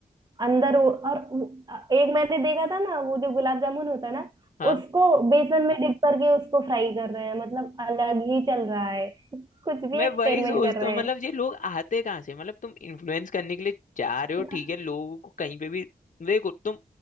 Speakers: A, on the right (about 25°); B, on the left (about 55°).
A: अंदर ओ, और वो- अ, एक मैंने देखा था ना वो जो गुलाब जामुन होता है ना
B: हाँ
A: उसको बेसन में डिप करके उसको फ्राई कर रहे हैं मतलब अलग ही चल रहा है <laughs> कुछ भी
B: मैं
A: एक्सपेरिमेंट
B: वही सोचता
A: कर रहे
B: हूँ मतलब
A: हैं
B: ये लोग आते कहाँ से मतलब तुम इन्फ्लुएंस करने के लिए जा रहे हो
A: <laughs>
B: ठीक है लोगों को कहीं पे भी देखो तुम